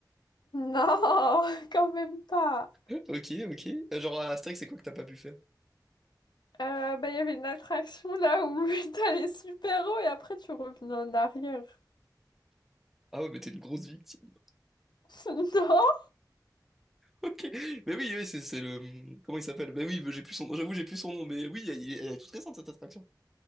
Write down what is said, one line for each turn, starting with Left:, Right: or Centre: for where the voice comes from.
Left: Non, <laughs> quand même pas.
Centre: <laughs> Ok, ok. Euh, Genre à Astérix, c'est quoi que t'as pas pu faire?
Left: Euh, bah, il y avait une attraction là où <laughs> t'allais super haut et après tu revenais en arrière.
Centre: Ah ouais, mais t'es une grosse victime. <laughs>
Left: <laughs> Non.
Centre: Ok. Mais oui, oui, c'est c'est le. Comment il s'appelle? Mais oui, mais j'ai plus son nom. J'avoue, j'ai plus son nom. Mais oui, elle, est elle est toute récente cette attraction.